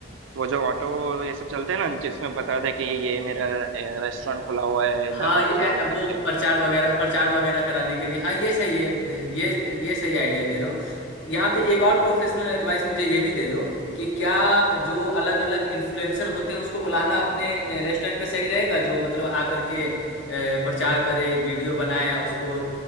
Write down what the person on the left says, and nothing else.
हाँ
ये
ए- ए- वो
प्रचार वगैरह प्रचार वगैरह कराने के लिए हाँ ये सही है ये ये सही आइडिया दे रहे हो यहाँ पे एक और प्रोफेशनल एडवाइस मुझे ये भी दे दो कि क्या जो अलग अलग इन्फ्लुएंसर होते हैं उसको बुलाना अपने रेस्टोरेंट पे सही रहेगा जो मतलब आकर के अ, प्रचार करे वीडियो बनाए उसको